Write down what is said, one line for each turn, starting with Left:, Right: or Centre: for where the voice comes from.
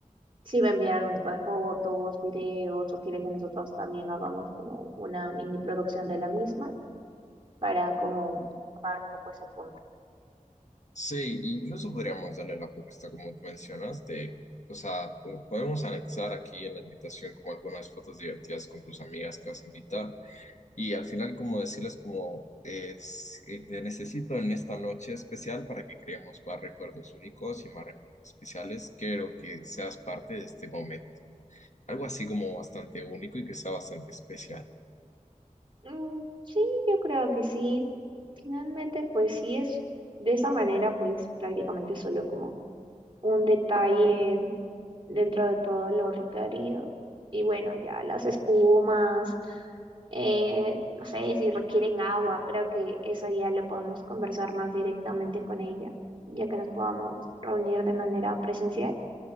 Right: si va a enviar algún tipo de fotos, videos o quiere que nosotros también hagamos como una mini producción de la misma para como tocar un poco ese punto.
Left: Sí, incluso podríamos darle la propuesta como tú mencionas de, o sea, po- podemos anexar aquí en la invitación como algunas fotos divertidas con tus amigas que vas a invitar Y al final, como decirles, como es, eh, te necesito en esta noche especial para que creemos más recuerdos únicos y más recuerdos especiales. Quiero que seas parte de este momento. Algo así como bastante único y que sea bastante especial.
Right: Mm, sí, yo creo que sí. Finalmente, pues sí es de esa manera, pues prácticamente solo como un detalle dentro de todo lo requerido. Y bueno, ya las espumas, eh, no sé si requieren agua, creo que eso ya lo podemos conversar más directamente con ella, ya que nos podamos reunir de manera presencial.